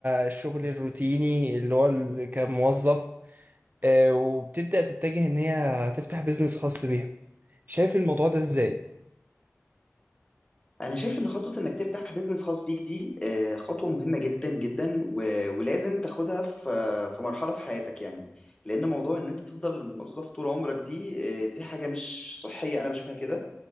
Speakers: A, on the right; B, on the left.
A: الشغل الروتيني اللي هو ال- كموظف آه، وبتبدا تتجه ان هي تفتح بيزنس خاص بيها شايف الموضوع ده ازاي
B: انا شايف ان خطوه انك تفتح بيزنس خاص بيك دي آه، خطوه مهمه جدا جدا و- ولازم تاخدها في آه، في مرحله في حياتك يعني لان موضوع ان انت تفضل موظف طول عمرك دي آه، دي حاجه مش صحيه انا بشوفها كده